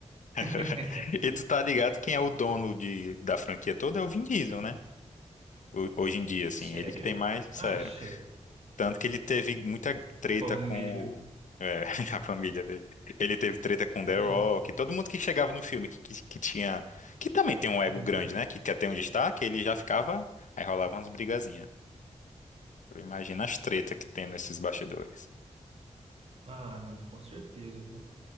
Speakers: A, on the left; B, on the right.
A: <laughs>
B: <laughs>
A: E tu tá ligado quem é o dono de, da franquia toda é o Vin Diesel, né? Ho- Hoje em dia, assim,
B: Sério?
A: ele que tem mais, sério.
B: Acha?
A: Tanto que ele teve muita treta
B: Família.
A: com o, é, <laughs> a família dele. Ele teve treta com The
B: Hum,
A: Rock, todo mundo que chegava no filme que, que, que tinha, que também tem um ego
B: hum.
A: grande, né? Que quer ter um destaque, ele já ficava, aí rolava umas brigazinhas. Imagina as tretas que tem nesses bastidores.
B: Ah, mano, com certeza, pô.